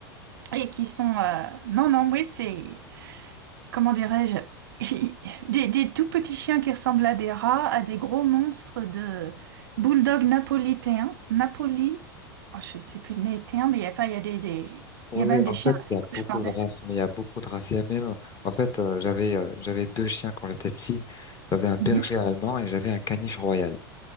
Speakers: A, on the right; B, on the left.
A: et qui sont. euh, Non, non, oui, c'est. comment dirais-je, <laughs> des, des tout petits chiens qui ressemblent à des rats, à des gros monstres de bulldog napolitain, Napoli, oh, je sais plus néitain, mais enfin il y a des, des-
B: Oui,
A: il y a même
B: oui,
A: des
B: en
A: chiens
B: fait, il y a beaucoup
A: Schmardes.
B: de races, mais il y a beaucoup de races. Il y a même, en fait, euh, j'avais euh, j'avais deux chiens quand j'étais petit. J'avais un berger
A: Mhm.
B: allemand et j'avais un caniche royal.